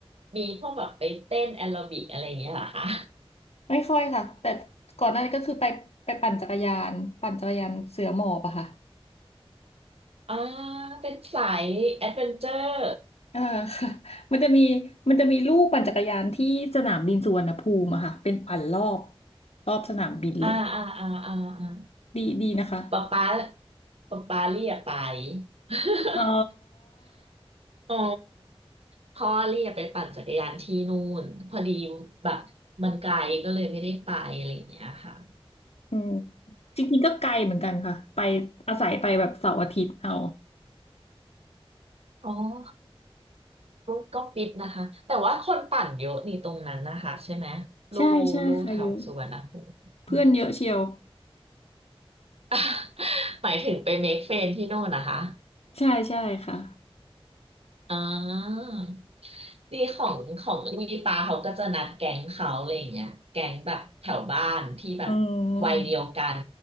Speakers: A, on the right; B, on the left.
A: มีพวกแบบไปเต้นแอโรบิกอะไรอย่างเงี้ยเหรอคะ
B: ไม่ค่อยค่ะแต่ก่อนหน้านี้ก็คือไปไปปั่นจักรยานปั่นจักรยานเสือหมอบอะค่ะ
A: อ่าเป็นสายแอดเวนเจอร์
B: เออ <laughs> ค่ะมันจะมีมันจะมีลู่ปั่นจักรยานที่สนามบินสุวรรณภูมิอะค่ะเป็นปั่นรอบรอบสนามบินเลย
A: อ่าอ่าอ่าอ่าอ่า
B: ดีดีนะคะ
A: ป๊าป๊าป๊าป๊าเรียกไป <laughs>
B: อ๋อ
A: อ๋อพ่อเรียกไปปั่นจักรยานที่นู่นพอดีแบบมันไกลก็เลยไม่ได้ไปอะไรอย่างเงี้ยค่ะ
B: อืมจริงๆก็ไกลเหมือนกันค่ะไปอาศัยไปแบบเสาร์อาทิตย์เอา
A: อ๋อก็ก็ฟิตนะคะแต่ว่าคนปั่นเยอะนี่ตรงนั้นนะคะใช่ไหมลู่ลู่แถวสุวรรณภูมิ
B: ใช่ใช่ค่ะเยอะ
A: <laughs>
B: เพื่อนเยอะเชียว
A: อืม <laughs> หมายถึงไปเมคเฟรนที่โน่นนะคะ
B: ใช่ใช่ค่ะ
A: อ่าทีของของมีปาเขาก็จะนัดแก๊งเขาอะไรอย่างเงี้ยแก๊งแบบแถวบ้านที่แบบ
B: อืม
A: วัยเดียวกัน